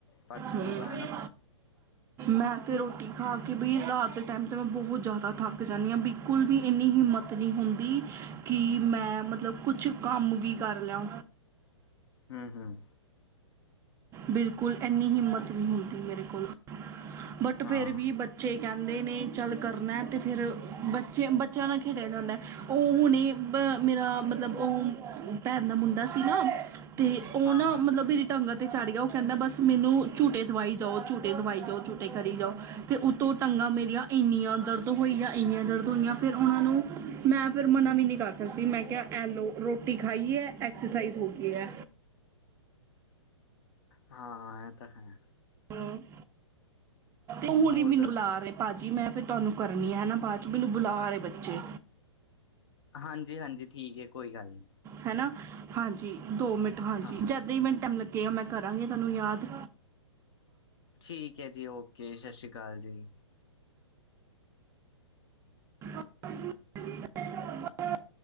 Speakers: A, on the left (about 60°); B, on the right (about 20°).
A: ਪਚ
B: ਹਮ
A: ਜੂਗਾ ਹੈਨਾ।
B: ਮੈਂ ਤੇ ਰੋਟੀ ਖਾ ਕੇ ਬਈ ਰਾਤ ਦੇ ਟੈਮ ਤੇ ਮੈਂ ਬੋਹਤ ਜਾਦਾ ਥਾੱਕ ਕ ਜਾਂਨੀ ਆਂ, ਬਿਕੁਲ ਵੀ ਏਨੀ ਹਿੰਮਤ ਨੀ ਹੁੰਦੀ ਕਿ ਮੈਂ ਮਤਲਬ ਕੁਛ ਕਾੰਮ ਵੀ ਕਾਰ ਲਾਂ।
A: ਹੂੰ, ਹੂੰ।
B: ਬਿਲਕੁਲ ਐਨੀ ਹਿੰਮਤ ਨੀ ਹੁੰਦੀ ਮੇਰੇ ਕੋਲ, ਬਟ
A: ਹਾਂ
B: ਫੇਰ ਵੀ ਬ ਬੱਚੇ ਕੈਂਦੇ ਨੇ ਚੱਲ ਕਰਨੈ, ਤੇ ਫੇਰ ਬੱਚੇ, ਬੱਚੇਆਂ ਨਾਲ ਖੇਡੇਆ ਜਾਂਦੈ। ਓ ਹੁਣੇ ਬਅ ਮੇਰਾ ਮਤਲਬ ਓ ਭੈਨ ਦਾ ਮੁੰਡਾ ਸੀ ਨਾ, ਤੇ ਓ
A: ਹਾਂ
B: ਨਾ
A: ਹਾਂ
B: ਮਤਲਬ ਮੇਰੀ ਟੰਗਾ ਤੇ ਚਾੜ ਗੇਆ, ਓ ਕੈੱਦਾ ਬੱਸ ਮੈਨੂੰ ਝੂਟੇ ਦਵਾਈ ਜਾਓ, ਝੂਟੇ ਦਵਾਈ ਜਾਓ, ਝੂਟੇ ਕਰੀ ਜਾਓ। ਤੇ ਉਤੋਂ ਟੰਗਾਂ ਮੇਰੀਆਂ ਇੰਨੀਆਂ ਦਰਦ ਹੋਈਆਂ, ਇੰਨੀਆਂ ਦਰਦ ਹੋਈਆਂ ਫੇਰ ਓਨਾਂ ਨੂੰ ਮੈਂ ਫਿਰ ਮਨਾ ਵੀ ਨੀ ਕਾਰ ਸਕਦੀ, ਮੈਂ ਕੇਆ ਐਲੋ ਰੋਟੀ ਖਾਈ ਐ, ਐਕਸੇਸਾਈਜ਼ ਹੋ ਗਈ ਐ।
A: ਹਾਂ, ਐ ਤੈ ਹੈ।
B: ਹੂੰ, ਓ ਹੁਣ
A: ਹੋਰ
B: ਵੀ ਮੈਨੂੰ
A: ਦੱਸੋ
B: ਬੂਲਾ ਰੇ। ਭਾਜੀ ਮੈਂ ਫਿਰ ਤੂਆਨੂੰ ਕਰਨੀ ਐ ਹੇਨਾ ਬਾਦ ਚ, ਮੈਨੂੰ ਬੁਲਾ ਰੇ ਬੱਚੇ।
A: ਹਾਂਜੀ, ਹਾਂਜੀ ਠੀਕੈ, ਕੋਈ ਗਾੱਲ ਨੀ।
B: ਹੇਨਾ, ਹਾਂਜੀ, ਦੋ ਮਿੰਟ ਹਾਂਜੀ,
A: ਹਾਂ
B: ਜੈਦਾਂ ਈ ਮੈਨ ਟੈਮ ਲਗੇਆ, ਮੈਂ ਕਰਾਂਗੀ ਤੂਆਨੂੰ ਯਾਦ।
A: ਠੀਕੈ ਜੀ ਓਕੇ, ਸ਼ਸ਼੍ਰੀ ਕਾਲ ਜੀ।
B: <inaudible>